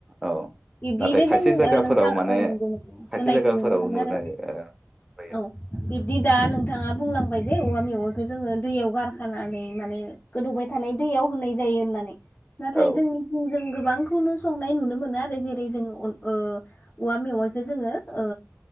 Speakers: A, in the centre; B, on the left.
A: औ
B: बिब्दिनो
A: नाथाय खायसे
B: जों
A: जायगाफोराव
B: नोंथां
A: माने
B: औ नंगौ नंन
A: खायसे
B: होनायखौ
A: जायगाफोराव
B: नुनो मोनो
A: नुनाय
B: आरो
A: ओ नुयो।
B: औ बिब्दि दा नों बिथाङा बुंलांबाय जे औवा मेवाखो जोङो दैयाव गारखानानै माने गोदौबाय थानाय दैयाव होनाय जायो होननानै। नाथाय
A: औ
B: जोंनिथि जों गोबांखौनो संनाय नुनो मोनो आरो जेरै जों ओ औवा मेवाइखौ जोङो ओ